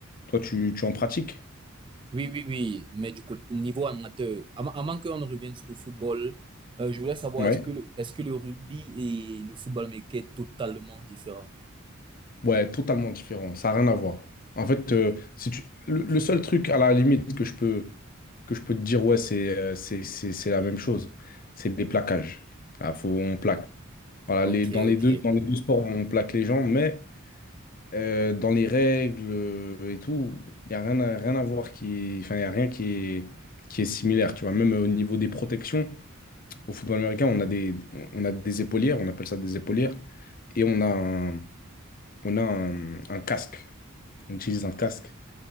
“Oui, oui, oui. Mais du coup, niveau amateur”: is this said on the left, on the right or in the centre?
Right